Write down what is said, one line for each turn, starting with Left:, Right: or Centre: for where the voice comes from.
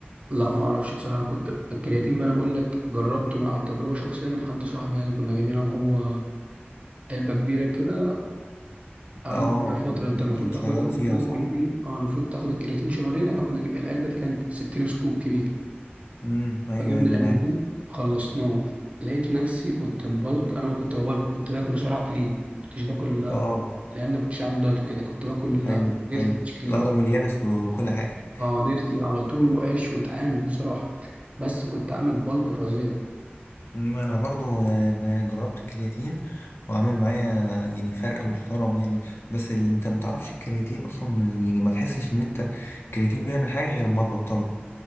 Right: لا ما اعرفش بصراحه انا كنت الكرياتين بقى انا بقول لك جربته من عن تجربه شخصيه من حد صاحبي يعني كنا جايبينه وهو علبه كبيره كده قعدنا
Left: اه
Right: فيها فترة انت المفروض
Left: كنت بتشيروا
Right: تاخدها المفروض
Left: فيها صح
Right: الكرياتين اه المفروض تاخد الكرياتين شهرين احنا كنا العلبة دي كانت 60 سكوب كبير
Left: امم ايوه
Right: فجبنا
Left: ايوه
Right: العلبتين
Left: انا عارف
Right: خلصناه لقيت نفسي كنت مبلك انا ما كنت ببلك كنت باكل سرعة كلين كنتش باكل
Left: اه
Right: الايام دي كنتش عامل دايت وكده كنت باكل
Left: ايوه
Right: ديرتي
Left: ايوه
Right: مش كلين
Left: الاخضر واليابس وكل حاجة
Right: اه ديرتي على طول وعيش واتعامل بصراحة بس كنت عامل بلك فظيع
Left: ما انا برضو أنا جربت الكرياتين وعمل معايا يعني فرق محترم يعني بس ال- انت ما تعرفش الكرياتين اصلا يعني ما تحسش ان انت الكرياتين بيعمل حاجه غير لما تبطله